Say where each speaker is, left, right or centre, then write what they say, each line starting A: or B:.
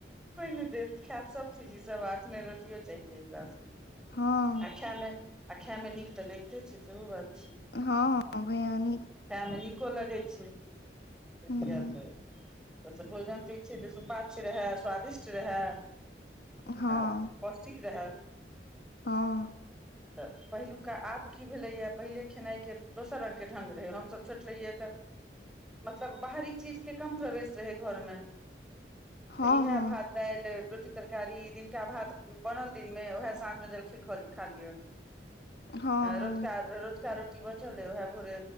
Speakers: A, in the centre; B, on the left.
A: कोइ नहि दे खायत सभ चीज सभ आखने रोटियो चाहिए एकासभ
B: हँ
A: आ खाईमे आ खाईमे निक तऽ लगिते छै सेहो बात छै।
B: हँ, हँ, भै अन।
A: खायमे निको लगै छै।
B: हूँ
A: तऽ ओसँ भोजन ठीक छै, तऽ सुपाछ रहए स्वादिष्ट रहए।
B: हँ
A: आ पौष्टिक रहा।
B: हँ।
A: <inaudible> तऽ पहिलु का आब की भेलैए पहिले खेनाइ के दोसर रंग ढङ्ग रहै हमसभ छोट रहियै तऽ मतलब बाहरी चीज के कम प्रवेश रहै घरमे
B: हँ
A: तऽ इएह
B: हँ
A: बात। दाइल रोटी तरकारी दिनका भात बनल दिन मे उएह साँझ मे जलखी खा लियअ
B: हँ
A: अ
B: हँ
A: रउतका रउ रतका रोटी बचल अय ओहए भोरे